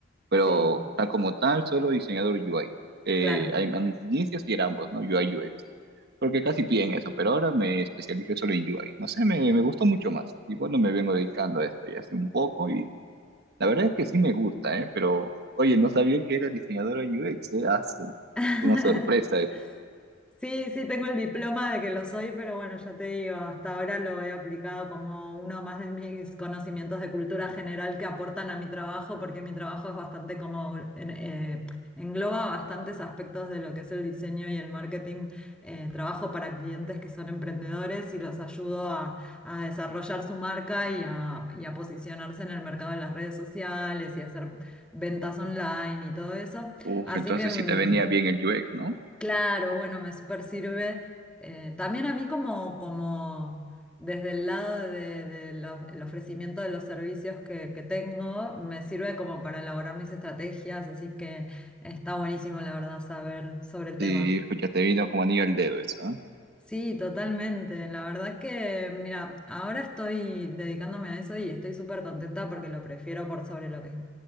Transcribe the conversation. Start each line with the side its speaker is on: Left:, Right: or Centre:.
Right: pero
Centre: sí,
Right: tal como tal, solo diseñador UI. Eh,
Centre: claro.
Right: a, a mis inicios sí era ambos, ¿no? UI UX. Porque casi piden eso, pero ahora me especialicé solo en UI. No sé, me, me gustó mucho más. Y bueno, me vengo dedicando a esto ya hace un poco y la verdad es que sí me gusta, ¿eh? Pero, oye, no sabía que era diseñadora UX, ¿eh? Hace
Centre: <laughs>
Right: una sorpresa
Centre: Sí, sí, tengo el diploma de que lo soy, pero bueno, ya te digo, hasta ahora lo he aplicado como uno más de mis conocimientos de cultura general que aportan a mi trabajo, porque mi trabajo es bastante como, en- eh, engloba bastantes aspectos de lo que es el diseño y el marketing. Eh, trabajo para clientes que son emprendedores y los ayudo a, a desarrollar su marca y a, y a posicionarse en el mercado de las redes sociales y hacer ventas online y todo eso.
Right: Uf,
Centre: Así
Right: entonces
Centre: que... mm,
Right: sí te venía bien el UX, ¿no?
Centre: Claro, bueno, me super sirve. eh, también a mí como, como desde el lado de, de lo- el ofrecimiento de los servicios que, que tengo, me sirve como para elaborar mis estrategias, así que está buenísimo, la verdad, saber sobre el tema.
Right: Sí, ya te vino como anillo al dedo eso, ¿eh?
Centre: Sí, totalmente. La verdad que, mira, ahora estoy dedicándome a eso y estoy súper contenta porque lo prefiero por sobre lo que,